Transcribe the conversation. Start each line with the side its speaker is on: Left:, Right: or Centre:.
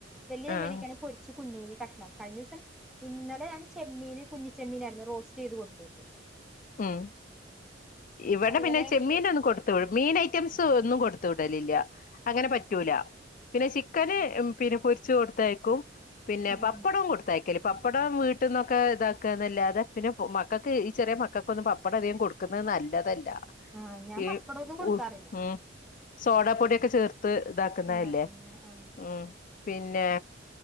Centre: വലിയ ചെമ്മീനൊക്കെണെ
Left: ആഹ്
Centre: പൊരിച്ച് കുഞ്ഞ്കുഞ്ഞ് കഷ്ണ കഴിഞ്ഞുസം ഇന്നലെഞാൻ ചെമ്മീന് കുഞ്ഞിച്ചെമ്മീനായിരുന്നു റോസ്റ്റ്യ്ത് കൊടുത്ത് വിട്ട
Left: ഉം ഇവിടെപിന്നെ
Centre: അതുപോലെ
Left: ചെമ്മീനെന്നുംകൊടുത്ത്
Centre: കു
Left: വി മീൻഐറ്റംസ്ന്നും കൊടുത്ത ത്തുടലില്ല അങ്ങനെപറ്റൂല പിന്നെ ചിക്കന്പിന്നെ പൊരിച്ചു കൊടുത്തയക്കും പിന്നെ
Centre: ഉം
Left: പപ്പടവും കൊടുത്തയക്കല് പപ്പടം വീട്ടന്നൊക്കെ ഇതാക്കാന്നല്ലാതെ പിന്നെ മക്കക്ക് ഈ ചെറിയമക്കക്ക് <unintelligible> പപ്പടം അധികം കൊടുക്കുന്നത് നല്ലതല്ല
Centre: ആഹ് ഞാൻ
Left: ഈ
Centre: പപ്പടൊന്നും കൊടുക്കാറില്ല
Left: ഉ ഉം സോഡാപൊടിയൊക്കെചേർത്ത് ത്ത് ഇതാക്കുന്നല്ലേ
Centre: ഉണ്ടാക്കുന്ന ആഹ്
Left: ഉം പിന്നെ